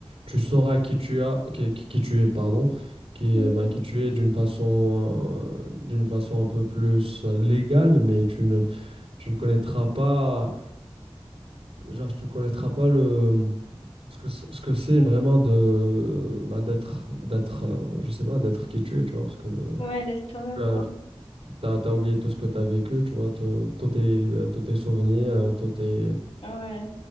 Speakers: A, on the right (about 75°); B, on the left (about 80°).
A: tu sauras qui tu as, qui, qui- qui tu es, pardon, qui,
B: Mhm.
A: ben, qui tu es d'une façon, euh, d'une façon un peu plus euh, légale, mais tu ne, tu ne connaîtras pas, genre, tu ne connaîtras pas le ce que c- ce que c'est
B: Mhm.
A: vraiment de bah, d'être d'être euh, je sais pas d'être qui tu es tu vois parce que
B: Ouais, laisse toi-même,
A: tu as,
B: quoi.
A: T'as, t'as oublié tout ce que t'as vécu, tu vois, tout- tous tes, euh, tous tes souvenirs, euh, tous tes...
B: Ouais.